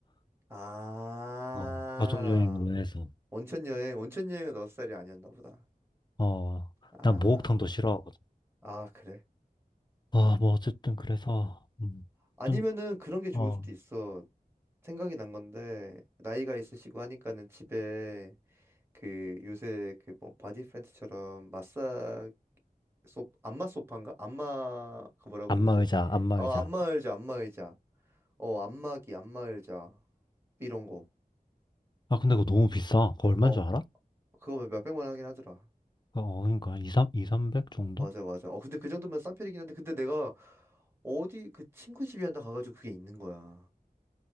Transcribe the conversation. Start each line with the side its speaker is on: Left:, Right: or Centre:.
Right: 아,
Left: 어, 가족 여행으로 해서.
Right: 온천 여행, 온천 여행은 너 스타일이 아니었나 보다.
Left: 어,
Right: 아,
Left: 난 목욕탕도 싫어하거든.
Right: 아, 그래.
Left: 아, 뭐 어쨌든 그래서 음,
Right: 아니면은
Left: 좀,
Right: 그런 게 좋을
Left: 어,
Right: 수도 있어. 생각이 난 건데, 나이가 있으시고 하니까는 집에 그 요새 그 뭐 바디 프렌즈처럼 마사, 소, 안마 소파인가? 안마, 그 뭐라 부르지?
Left: 안마의자, 안마의자.
Right: 어, 안마 의자, 안마 의자. 어, 안마기, 안마 의자. 이런 거.
Left: 아, 근데 그거 너무 비싸. 그거 얼마인
Right: 어,
Left: 줄 알아?
Right: 그거 몇백만 원 하긴 하더라.
Left: 어, 그러니까 이삼 2, 300 정도?
Right: 맞아, 맞아. 어, 근데 그 정도면 싼 편이긴 한데, 근데 내가 어디 그 친구 집이었나 가가지고 그게 있는 거야.